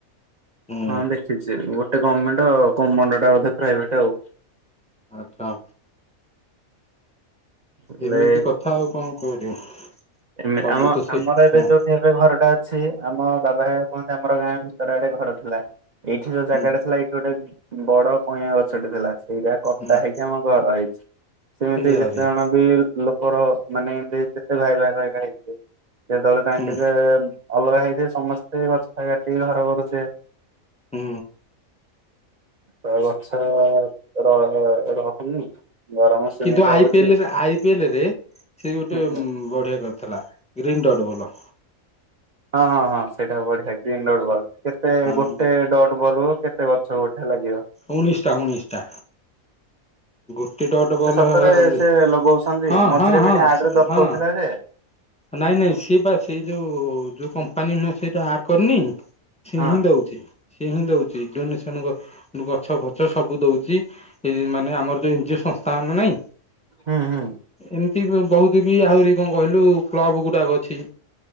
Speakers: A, in the centre; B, on the right.
A: ହୁଁ
B: ହଁ ଦେଖିଛି ଗୋଟେ ଗମେଣ୍ଟ। କୋମଣ୍ଡ ଟା ବୋଧେ ପ୍ରାଇଭେଟ ଆଉ।
A: ଆଛା।
B: ହେଲେ
A: ଏମିତି କଥା ଆଉ କଣ କରିବ।
B: ଏମେ
A: ସବୁ
B: ଆମ
A: ତ ସେଇ
B: ଆମର ଏବେ
A: ହଁ
B: ଯୋଉଠି ଏବେ ଘରଟା ଅଛି ଆମ ବାବା ଘରିକା କୁହନ୍ତି ଆମର। ଗାଁ ଭିତର ଆଡେ ଘର ଥିଲା ଏଇଠି ଯୋଉ
A: ହୁଁ
B: ଜାଗାଟା ଥିଲା ଏଇଠି ଗୋଟେ ବଡ କଇଁଆ ଗଛଟେ ଥିଲା। ସେଇଟା କଟା
A: ହୁଁ
B: ହେଇକି ଆମ ଘର ହେଇଛି ସେମିତି
A: ୟାରିଆ
B: ଯେତେ ଜଣ ବି ଲୋ କ ର ମାନେ ଯେତେ ଭାଇ ଭାଗ ଏକା ହେଇ ଥିବେ ଯେତେବେଳେ ତାଙ୍କ
A: ହୁଁ
B: ଯେ। ଅଲଗା ହେଇଥିବେ ସମସ୍ତେ ଗଛ ଟା କାଟିକି ଘର କରୁଥିବେ।
A: ହୁଁ।
B: ପ୍ରାୟ ଗଛ ର ରହୁନି। ଗରମ ସେମିତି
A: କିନ୍ତୁ ଆଇ
B: ହଉଛି।
A: ପିଏଲ ଆଇ ପିଏଲରେ ସେ ଗୋଟେ
B: ହୁଁ ହୁଁ
A: ବଢିଆ କ ରିଥିଲା ଗ୍ରୀନଡ ରୋଲ।
B: ହଁ ହଁ ହଁ ସେଇଟା ବଢିଆ ଗ୍ରୀନ ଡଟ ବଲ କେତେ
A: ହଁ
B: ଗୋଟେ ଡଟ ବଲ୍ କୁ କେତେ ଗଛ ଗୋଟେ। ଲାଗିବ।
A: ଉଣୀଶଟା ଉଣୀଶଟା। ଗୁଟେ ଡଟ ବଲ
B: ସେ ସତରେ
A: ଉ
B: ସେ ଲଗଉଛନ୍ତି
A: ହଁ
B: ମଝିରେ
A: ହଁ ହଁ
B: ବି ଟିକେ ଆଡରେ ଦଖଉଥିଲା
A: ହଁ।
B: ଯେ
A: ନାଇଁ ନାଇଁ ସିଏ ପା ସେଇ ଯୋଉଁ। ପାନି ନହଁ ସେଇଟା ଆର କରିନି ସେଏ
B: ହଁ।
A: ହିଁ ଦଉଛି। ସିଏ ହିଁ ଦଉଛି ଡୋନେସନ ସେ ଗଛଫଛ ସବୁ ଦଉଛି ଏ ମାନେ ଆମର ଏନ୍ ଜି ଓ ସଂସ୍ଥା ନାଇଁ
B: ହୁଁ ହୁଁ।
A: ଏମତି ବହୁତ ବି ଆହୁରି କଣ କହିଲୁ କ୍ଲବଗୁଡାକ ଅଛି।